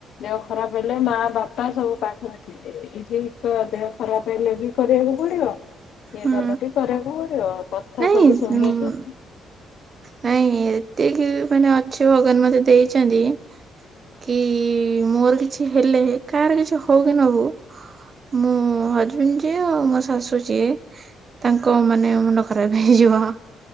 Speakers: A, on the left; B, on the right.
A: ଦେହ ଖରାପ ହେଲେ ମା ବାପା ସବୁ ପାଖରେ ଥିବେ। ଏଇ ଯେ ଇ ଦେହ ଖରାପ ହେଲେ ବି କରିବାକୁ ପଡିବ ଇଏ
B: ହୁଁ
A: ଭଲ ବି କରିବାକୁ ପଡିବ। କଥା
B: ନାଇଁ
A: ସବୁ ଶୁଣିଚୁ।
B: ନାଇଁ ଏତିକି ମାନେ ଅଛି ଭଗବାନ ମତେ ଦେଇଛନ୍ତି। କି ମୋର କିଛି ହେଲେ କାହାର କିଛି ହଉ କି ନ ହଉ ମୁଁ ହଜବେଣ୍ଡ ଯିଏ ଆଉ ମୋ ଶାଶୁ ଯିଏ ତାଙ୍କ ମାନେ ମୁଣ୍ଡ ଖରାପ ହେଇଯିବ